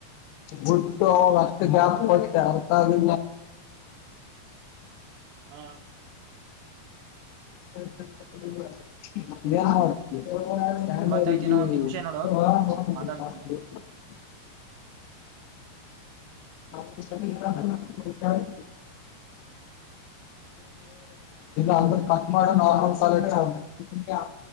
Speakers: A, on the left; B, on the right.
A: ಗುಟ್ಟು ಅಷ್ಟು ಗ್ಯಾಪ್ ಕೊಟ್ಟೆ ಅರ್ಥ ಆಗೆ
B: ಹಾ
A: ಏನ್ ಮಾಡ್ತವಿ ಸ
B: ಒಂಬತ್ತೈತಿ ಇನ್ನ ಒಂದ್ ನಿಮಿಷ ನೋಡು
A: <unintelligible>
B: ಸ್ವಲ್ಪ ಮಾತಾಡ್ತೇನಿ
A: ಹ <unintelligible> ಅಂದ್ರ ಕಟ್ ಮಾಡ ನಾರ್ಮಲ್ ಕಾಲ ಫೋನ್ ಹಚ್ಚ ಹಾ